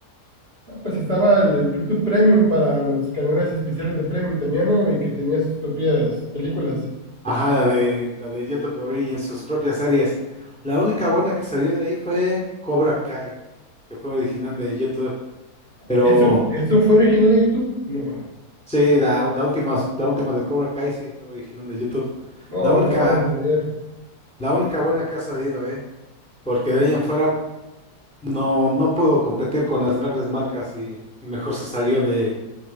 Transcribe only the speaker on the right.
ah, pues estaba el YouTube Premium para los canales especiales de Premium también, ¿no? Y que tenía sus propias películas.
¿Eso, eso fue original de YouTube? No,
no,
esa no me la sabía.